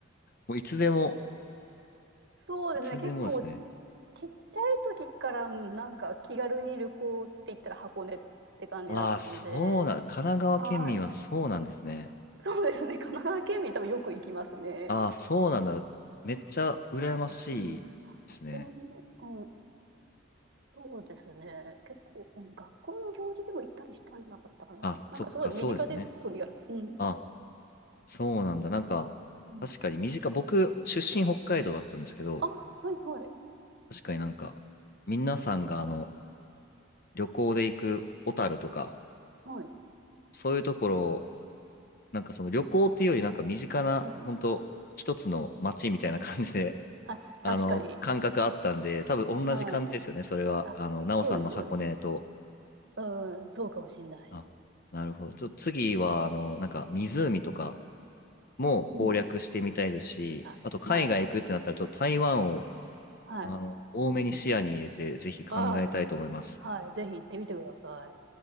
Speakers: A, on the left; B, on the right.
A: もういつでも、
B: そうですね、
A: いつでもですね。
B: 結構、ちっちゃい時から、うんなんか気軽に旅行って言ったら箱根って感じだったので、
A: ああ、そうな、神奈川県民はそうなんですね。
B: はい。そうですね、神奈川県民多分よく行きますね。
A: ああ、そうなんだ。めっちゃ羨ましいですね。
B: うん校ね、うん、そうですね。結構、うん、学校の行事でも行ったりしたんじゃなかったかな。
A: あ、
B: なんかすごい身近です、
A: そっか、そうですよね。
B: とりあえず。うん。
A: あ、そうなんだ。なんか、
B: うん。
A: 確かに身近、僕、出身北海道だったんですけど、
B: あ、はいはい。
A: 確かになんか、皆さんがあの、旅行で行く小樽とか、
B: はい。
A: そういうところ、なんかその旅行っていうよりなんか身近な、
B: うん。
A: 本当一つの街みたいな感じで、<laughs>
B: あ、確かに。
A: あの、感覚あったんで、多分同じ感じですよね、
B: はい。
A: それは。
B: あ、
A: あの、奈緒さんの箱根と。
B: そうですよね。うん、そうかもしんない。
A: あ、なるほど。ちょっと次は、
B: うん。
A: あの、なんか湖とか、も攻略してみたいですし、
B: うん。あ、
A: あと海外行くってなったら、
B: はいはい。
A: ちょっと台湾を
B: はい。
A: あの多めに視野に入れて、ぜひ考えたいと思います。
B: あ、はい。ぜひ行ってみてください。